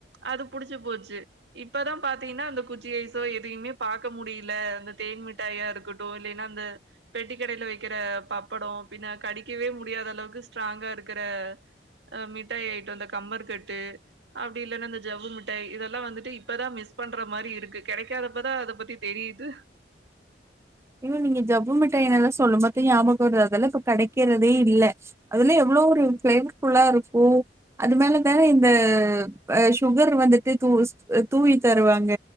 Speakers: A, on the right; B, on the right.
A: அது புடிச்சு போச்சு இப்பதா பாத்தீங்கன்னா அந்த குச்சி ஐசோ எதையுமே பாக்க முடியில அந்த தேன் மிட்டாயா இருக்கட்டு இல்லைன்னா அந்த பெட்டிக் கடைல வைக்கிற பப்படொ பின்ன கடிக்கவே முடியாத அளவுக்கு ஸ்ட்ராங்கா இருக்குற அ மிட்டாய் ஆயிட்டு இந்த கம்மர் கட்டு அப்டி இல்லன்னா அந்த ஜவ்வு மிட்டாய் இதெல்லா வந்துட்டு இப்பதா மி ஸ் பண்ற மாரி இருக்கு கெடைக்காதப்பதா அத பத்தி தெரியுது
B: இல்ல நீங்க ஜவ்வு மிட்டையுனெல்லா சொல்லும்போது ஞாபகொ வருது அதெல்ல இப்ப கெடைக்கிறதே இல்ல அதெல்லா எவ் ளோ ஒரு ஃபேம் ஃபுல்லா இருக்கு அதுனால தா இந்த அ சுகர் வந்துட்டு து உஸ்ட் அ தூவி தருவாங்க